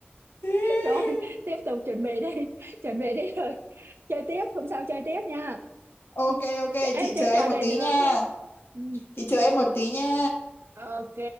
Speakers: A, on the left (about 70°); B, on the right (about 70°).
A: <laughs>
B: rồi tiếp tục chuẩn bị đi chuẩn bị đi rồi chơi tiếp hôm sau chơi tiếp nha <laughs>
A: Ok ok
B: Ê,
A: chị
B: chơi
A: chờ
B: trò
A: em một
B: này
A: tí
B: được
A: nha.
B: ha ừ.
A: Chị chờ em một tí nha.
B: Ok,